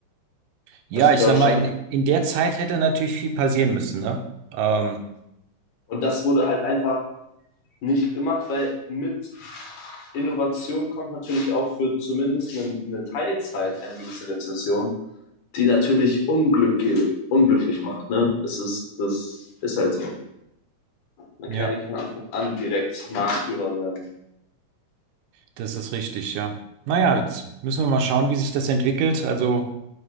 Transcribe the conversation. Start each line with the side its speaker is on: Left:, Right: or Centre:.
Right: ja
Left: Also
Right: ich
Left: Deutschland.
Right: sag mal, in, in der Zeit hätte natürlich viel passieren müssen, ne? Ähm,
Left: Und das wurde halt einfach nicht gemacht, weil mit Innovation kommt natürlich auch für zumindest eine, eine Teilzeit eine gewisse Rezession, die natürlich unglücklich, unglücklich macht. Ne? Das, ist, das ist halt so. Man
Right: ja,
Left: kann ja nicht von Anfang an direkt Marktführer werden.
Right: das ist richtig, ja. Naja, jetzt müssen wir mal schauen, wie sich das entwickelt. Also,